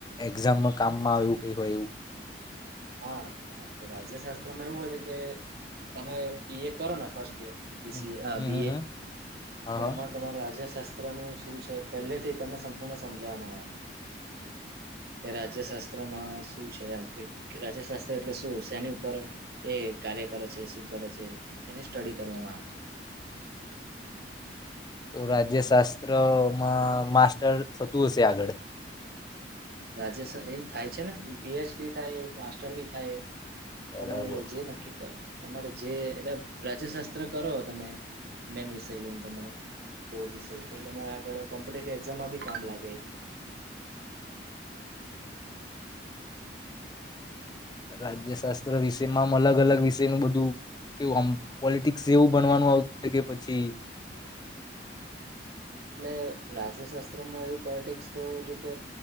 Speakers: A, on the left (about 25°); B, on the right (about 55°).
A: એક્ઝામમાં કામમાં આવું કઈ હોય એવું.
B: હા રાજ્ય શાસ્ત્રમાં એવું હોય છે કે તમે બીએ કરો ને first year BCA
A: hmm
B: uh BA
A: hmm hmm હા
B: તેમાં
A: હા
B: તમાર રરાજ્ય શા સ્ત્ર નું શું છે પહેલેથી તમને સંપૂર્ણ સમજવામાં આવે કે રાજ્ય શાસ્ત્રમાં શું છે એમ કે રાજાશાસ્ત્ર એટલે શું શેની ઉપર એ કાર્ય કરે છે શું કરે છે એને સ્ટડી કરવામાં આવે.
A: તો રાજ્ય શાસ્ત્રમાં માસ્ટર થતું હશે આગળ.
B: રાજ્યસ એ થાય છે ને પીએચડી થાય માસ્ટર બી થાય.
A: બરાબર
B: તમે જે નક્કી કર તમારે જે એટલે રાજ્ય શાસ્ત્ર કરો તમે મેન વિષય લઈને તમારો કો વિષ આગળ કોમ્પિટિવ એકઝામમાં બી કામ લાગે.
A: રાજ્ય શાસ્ત્ર વિષયમાં આમ અલગ અલગ વિષયનું બધું કેવું આમ પોલિટિક્સ જેવું ભણવાનું આવતું કે પછી
B: એટલે રાજ્યશાસ્ત્રમાં એવું પોલિટિક્સ તો જોકે